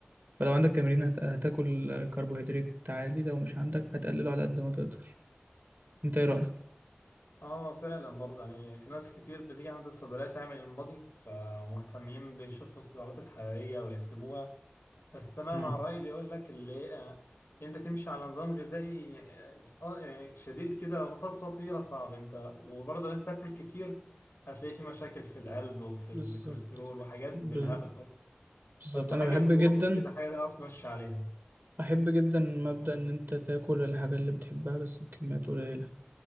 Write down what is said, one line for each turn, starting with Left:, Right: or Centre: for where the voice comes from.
Right: فلو عندك تمرين هت... هتاكل كربوهيدرات عالي لو مش عندك هتقلله على قد ما تقدر أنت إيه رأيك؟
Left: اه فعلا برضه يعني في ناس كتير بتيجي عند الصيدلية تعمل انبادي فمهتمين بيشوفوا السعرات الحرارية ويحسبوها بس انا
Right: مم.
Left: مع رأيي اللي يقول لك اللي آه، اللي انت تمشي على نظام غذائي اه آه، شديد كده وفترة طويلة صعب انت وبرضه لو انت تاكل كتير هتلاقي في مشاكل في القلب وفي الكوليسترول
Right: بالظبط
Left: وحاجات
Right: ب-
Left: بالهبل برضه
Right: بالظبط
Left: فانت
Right: أنا
Left: حاجة
Right: بحب
Left: في الوسط
Right: جدا
Left: كده حاجة تعرف تمشي عليها
Right: بحب جدا مبدأ إن أنت تاكل الحاجة اللي بتحبها بس بكميات قليلة